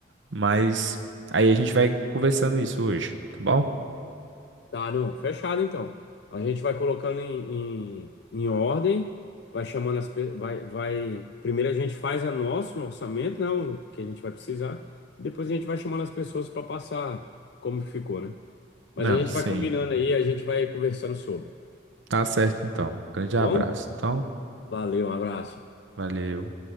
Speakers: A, on the right; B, on the left.
A: Mas aí a gente vai conversando isso hoje, tá bom?
B: Tá, não, fechado então. A gente vai colocando em, em, em ordem, vai chamando as pe- vai, vai. Primeiro a gente faz a nosso orçamento, né? O que a gente vai precisar. Depois a gente vai chamando as pessoas para passar como ficou, né? Mas
A: Não,
B: a gente
A: sim.
B: vai combinando aí, a gente vai conversando sobre. Tá
A: Tá certo então. Grande abraço,
B: bom?
A: então.
B: Valeu, um abraço.
A: Valeu.